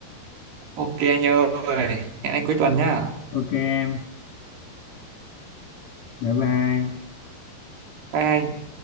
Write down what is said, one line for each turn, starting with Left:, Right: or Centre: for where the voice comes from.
Right: Ok anh ơi. Hẹn anh cuối tuần nhá.
Left: ok em bye bye
Right: Bye anh.